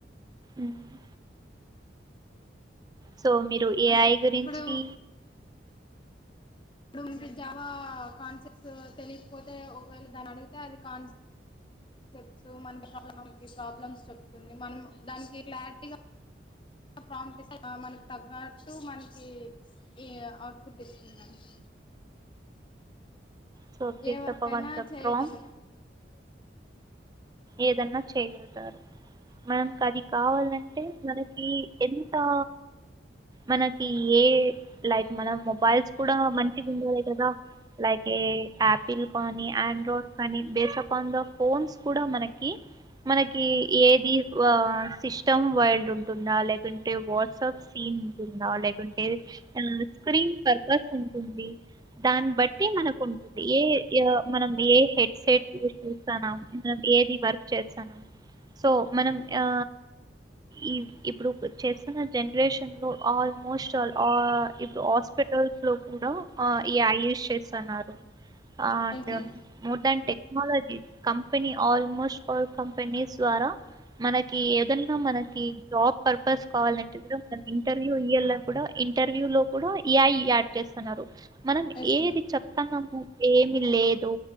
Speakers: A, on the right; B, on the left.
A: ఊమ్. సో మీరు ఏఐ
B: అంటే
A: గురించీ
B: ఇప్పుడు ఇప్పుడు మీరు జావా కాన్సెప్ట్స్ తెలీక్పోతే ఒకవేళ దాన్నడ్గితే అది కాన్సె తెచ్చు మన్క <unintelligible> మన్కి ప్రాబ్లమ్స్ చెప్తుంది మన్ము దాన్కి క్లార్టీగ ప్రాంప్టిస్ అ మన్క్ తగ్గట్టూ మన్కి ఈ ఔట్పుటిస్తుంద్ మ్యాచ్.
A: సొ పీప్
B: ఏ వర్క్
A: తప్ప
B: అయినా
A: వన్ తప్
B: చేయగల
A: ట్రామ్ ఏదన్నా చేయ్గల్తారు మన్కది కావాల్లంటే మనకీ ఎన్ తా మనకీ ఏ లైక్ మన మొబైల్స్ కుడా మంచిగుండాలె కదా లైక్ ఏఐ యాపిల్ కానీ యాండ్రాడ్ కానీ బేసపాన్ ద ఫోన్స్ కూడా మనకి మనకీ ఏది వా సిస్టమ్ వైల్ లుంటుందా లేకుంటె వాట్సప్ సీనుంటుందా లేకుంటె అ స్క్రీన్ పర్పస్ ఉంటుంది దాన్ బట్టి మనకుంటుంది ఏ య మనమే హెడ్సెట్ యూ జేస్తాన్నం మనద్ ఏది వర్క్ చేస్తానమ్ సొ మనం యా ఈ ఇప్పుడు చేస్తున్న జన్రేషన్లొ ఆల్మోస్టాల్ ఆ ఇప్పుడు ఆస్పెట్ టల్స్లొ కూడా అ ఏయాయూష్ చేస్తన్నారు. ఆ and
B: yes ma'am
A: more than technologies company almost all companies ద్వార. మనకీ ఏదన్న మనకి జాబ్ పర్పస్ కావల్లంటె కుడా మనింటర్వ్యూ ఇయ్యల్ల కుడా ఇంటర్వ్యూలొ కుడా ఈఐ యాడ్ చేస్తన్నారు. మనం
B: ఎస్
A: ఏది
B: మ్యామ్
A: చెప్తన్నాము ఏమి లేదు